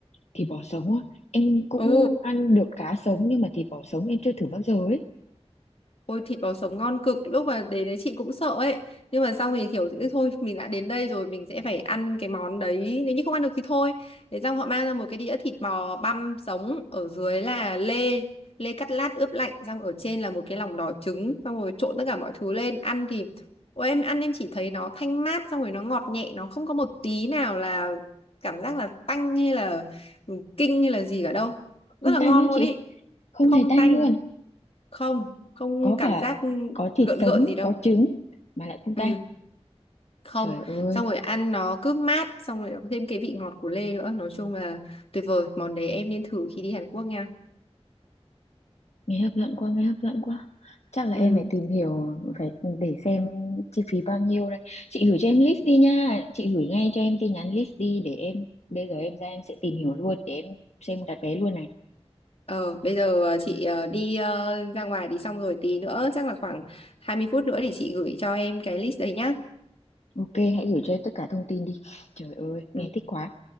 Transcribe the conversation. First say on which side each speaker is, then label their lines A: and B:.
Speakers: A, on the left (about 85°); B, on the left (about 60°).
A: Thịt bò sống á, em cũng
B: ừ
A: ăn được cá sống nhưng mà thịt bò sống em chưa thử bao giờ ấy.
B: Ôi thịt bò sống ngon cực lúc mà đến đấy chị cũng sợ ấy nhưng mà xong thì kiểu "Ừ, thôi mình đã đến đây rồi mình sẽ phải ăn cái món đấy nếu như không ăn được thì thôi thế xong họ mang ra một cái đĩa thịt bò băm sống ở dưới là lê lê cắt lát ướp lạnh xong ở trên là một cái lòng đỏ trứng xong rồi trộn tất cả mọi thứ lên ăn thì ôi em ăn em chỉ thấy nó thanh mát xong rồi nó ngọt nhẹ nó không có một tí nào là cảm giác là tanh hay là ừ, kinh hay là gì cả đâu rất
A: Không
B: là ngon
A: tanh nữa
B: luôn
A: chị.
B: ý
A: Không
B: không
A: hề tanh
B: tanh
A: luôn.
B: không không
A: Có
B: cảm
A: cả
B: giác
A: có thịt
B: gợn gợn
A: sống,
B: gì đâu
A: có trứng mà lại không
B: ừ
A: tanh.
B: không
A: Trời ơi,
B: xong rồi ăn nó cứ mát xong rồi nó có thêm cái vị ngọt của lê nữa nói chung là tuyệt vời món đấy em nên thử khi đi Hàn Quốc nha
A: nghe hấp dẫn quá, nghe hấp dẫn quá. Chắc là
B: ừ
A: em phải tìm hiểu, phải để xem chi phí bao nhiêu đây. Chị gửi cho em list đi nha. Chị gửi ngay cho em tin nhắn list đi để em, bây giờ em ra em sẽ tìm hiểu luôn để em xem đặt vé luôn này.
B: ờ bây giờ ờ, chị ờ, đi ờ, ra ngoài đi xong rồi tí nữa chắc là khoảng 20 phút nữa thì chị gửi cho em cái list đấy nhá
A: Ok, hãy gửi cho em tất cả thông tin đi. Trời ơi, nghe
B: ừ
A: thích quá.